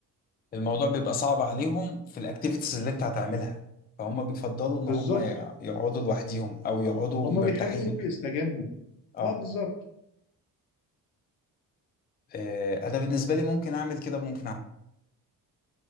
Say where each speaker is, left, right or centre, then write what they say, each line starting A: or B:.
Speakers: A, on the left (about 20°); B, on the left (about 75°).
A: الموضوع بيبقى صعب عليهم في الاكتيفيتيز اللي انت هتعملها فهم بيفضلوا ان
B: بالظبط
A: هم ي- يقعدوا لوحديهم او يقعدوا
B: هما
A: مرتاحين
B: بيحبوا يروحوا يستجموا
A: اه
B: اه بالظبط
A: آه، انا بالنسبه لي ممكن اعمل كده وممكن